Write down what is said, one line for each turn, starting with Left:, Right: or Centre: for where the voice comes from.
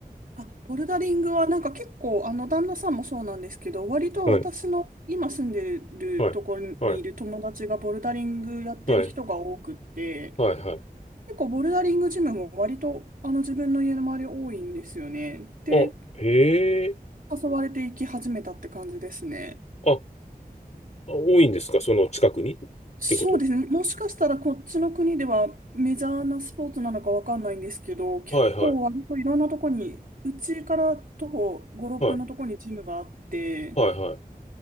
Right: あ、ボルダリングはなんか結構、あの、旦那さんもそうなんですけど、割と私の今住んでるところにいる友達がボルダリングやってる人が多くって、
Left: はい、はい、はい、はい、はい、はい。
Right: 結構ボルダリングジムも割とあの自分の家の周り多いんですよね。で、
Left: あ、へえ。
Right: 誘われていき始めたって感じですね。
Left: あ、あ多いんですかその近くにってこと
Right: そうですね。もしかしたらこっちの国ではメジャーなスポーツなのかわかんないんですけど、結構割といろんなとこに、
Left: はいはい。
Right: うちから徒歩5、6分のとこにジムがあって、
Left: はい。はいは